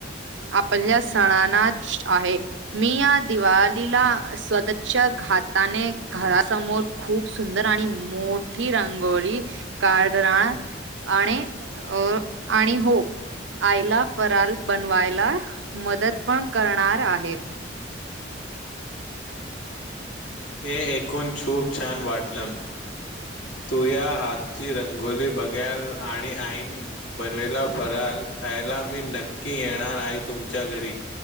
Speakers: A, on the right; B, on the left.
A: आपल्या सणाांनाच आहे मी या दिवालीला स्वतच्या घात त्याने घरासमोर खूप सुंदर आणि मोठी रंगोली कारड राळ आणि अ आणि हो आयला फराल बनवायला मदत पण करणार आहे
B: अरे वा हे ऐूण छूप छान वाटलं तु या हातची रंगोली बघाल आणि आईन बनवेला फराल खायला मी नक्की येणार आई तुमच्या घरी